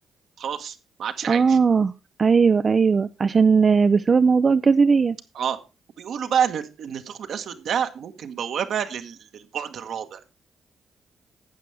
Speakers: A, on the right; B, on the right.
A: وخلاص ما عادش عايش
B: اه ايوه ايوه عشان آه، بسبب موضوع الجاذبية
A: اه وبيقولوا بقى ان ان الثقب الاسود ده ممكن بوابه لل- للبعد الرابع